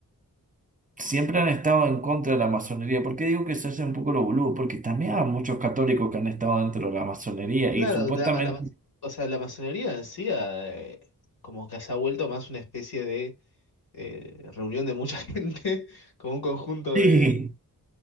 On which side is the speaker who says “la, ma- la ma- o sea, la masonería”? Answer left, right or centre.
Left